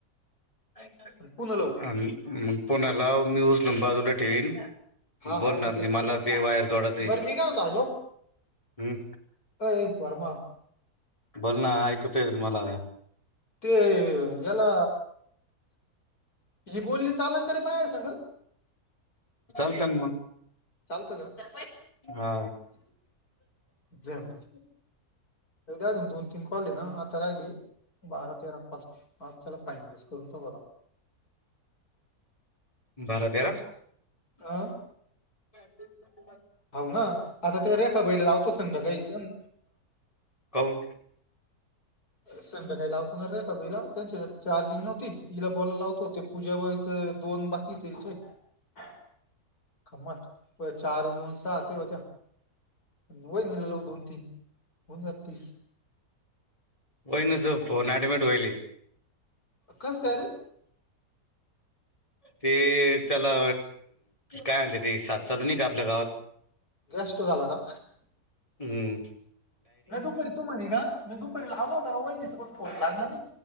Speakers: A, on the left; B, on the left.
A: <inaudible>
B: पुन्हा लावू
A: अ मग पुन्हा लाव, मी उचलून बाजूला ठेविन.
B: हा
A: बोलणार
B: हा तसंच
A: नाही. मला
B: करू
A: ते वायर तोडायचं आहे.
B: बरं मी काय म्हणतो हॅलो
A: <inaudible> हम्म.
B: अय वर्मा
A: बोल ना, ऐकु येतय मला.
B: ते याला, <inaudible> ही बोलली चालन कारे बायांन संग.
A: चालतं ना मग.
B: चालत का? <inaudible>
A: हा
B: जाउ दे. <inaudible> अजून दोन, तीन कॉल आहे ना, आता राहिले बारा तेरा कॉल. आज त्याला फायनलच करतो बरा
A: बारा तेरा
B: आ
A: हं <unintelligible>
B: हाव ना. आता ते रेखा बाईला लावतो संधाकाळी एक दोन
A: काउन
B: संध्याकाळी लावतो रेखा बाईला त्यांच्या चार्जिंग नव्हती, हिला बोलायला लावतो. ते पूजा बाईचं दोन बाकी त्यांचे. <inaudible> गंमत व्हंय चार, अन दोन सहा दहा ते होत्यात. <inaudible> वहिनीला लावून दोन, तीन <inaudible> होऊन जातात तीस.
A: वहिनीचा फोन ऍडमिट व्हायला.
B: कस काय रे!
A: ते त्याला काय म्हते ते साथ चालू नाही का आपल्या गावात
B: गॅस्ट्रो झाल का?
A: हम्
B: मग दुपारी तू म्हणे का. मी दुपारी लावला होता ना वहिणीसनी फोन लागला नाही